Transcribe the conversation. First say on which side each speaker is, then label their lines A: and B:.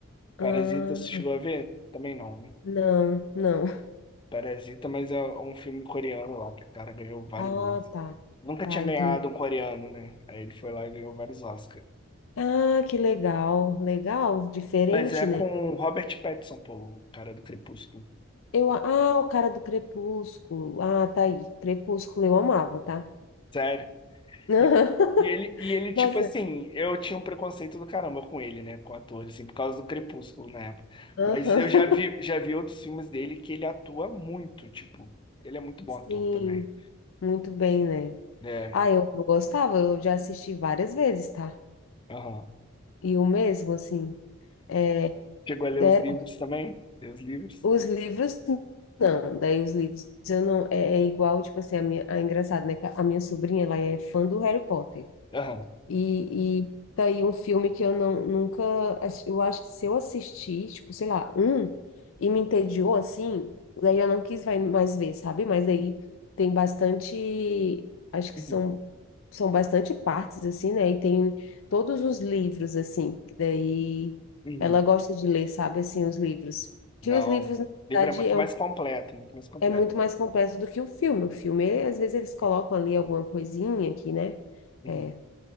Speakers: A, on the left (about 70°); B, on the left (about 25°).
A: Ah,
B: Parasita, você chegou a ver? Também não, né?
A: não, não.
B: Parasita, mas é um filme coreano lá, que o cara ganhou vários
A: Ah,
B: Oscars.
A: tá.
B: Nunca
A: Tá,
B: tinha ganhado
A: entendi.
B: um coreano, né? Aí ele foi lá e ganhou vários Oscars.
A: Ah, que legal, legal, diferente,
B: Mas é com
A: né?
B: o Robert Pattinson, pô, o cara do Crepúsculo.
A: Eu, ah, o cara do Crepúsculo. Ah, tá aí. Crepúsculo eu amava, tá?
B: Sério.
A: <laughs>
B: E, e ele, e ele, tipo
A: Nossa,
B: assim, eu tinha um preconceito do caramba com ele, né? Com o ator, assim, por causa do Crepúsculo na época.
A: aham.
B: Mas eu já vi, já vi outros filmes dele que ele atua muito, tipo, ele é muito bom ator
A: Sim,
B: também.
A: muito bem, né?
B: É,
A: Ah, eu, eu gostava, eu já assisti várias vezes, tá?
B: aham.
A: E o mesmo, assim, é,
B: Chegou
A: é,
B: a ler os livros também? Ler os livros?
A: os livros não, daí os livros eu não, é, é igual, tipo assim, a minha, é engraçado, né? que A minha sobrinha, ela é fã do Harry Potter.
B: Aham.
A: E, e tá aí um filme que eu não, nunca. ass- Eu acho que se eu assistir, tipo, sei lá, um, e me entediou assim, daí eu não quis vai mais ver, sabe? Mas aí tem bastante. Acho que
B: Uhum.
A: são, são bastante partes, assim, né? E tem todos os livros, assim, que daí
B: Uhum.
A: ela gosta de ler, sabe? Assim, os livros.
B: Não.
A: Que os livros,
B: O
A: na
B: livro
A: verdade,
B: é muito
A: é,
B: mais
A: um-
B: completo, muito mais completo.
A: é muito mais completo do que o filme. O filme, às vezes, eles colocam ali alguma coisinha aqui, né?
B: Uhum.
A: É,